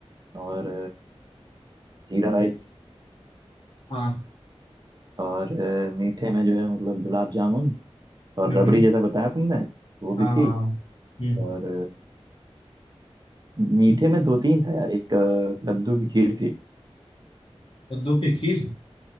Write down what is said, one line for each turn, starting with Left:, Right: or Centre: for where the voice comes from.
Right: और जीरा राइस
Left: हाँ
Right: और मीठे में जो है मतलब गुलाब जामुन और
Left: हम्म,
Right: रबड़ी जैसा बताया तुमने वो भी
Left: हाँ
Right: थी
Left: हाँ हाँ हम्म
Right: और मीठे में दो तीन था यार एक कद्दू की खीर थी
Left: कद्दू की खीर